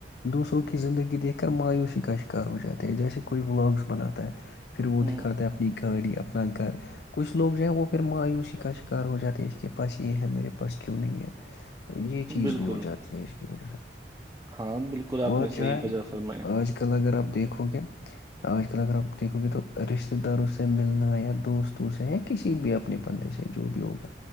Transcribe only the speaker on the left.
دوسروں کی زندگی دیکھ کر مایوسی کا شکار ہو جاتے ہیں جیسے کوئی بلاگس بناتا ہے پھر وہ
دکھاتا ہے اپنی گاڑی اپنا گھر کچھ لوگ جو ہے وہ پھر مایوسی کر کا شکار ہو جاتے ہے اس کے پاس یہ ہے میرے پاس کیوں نہیں ہے یہ چیز
بھی ہو جاتی ہے اس کی وجہ سے
اور
جو ہے
آج کل اگر آپ دیکھو گے آج کل اگر آپ دیکھو گے تو رشتے داروں سے ملنا یا دوستوں سے یا کسی بھی اپنے بندے سے جو بھی ہوگا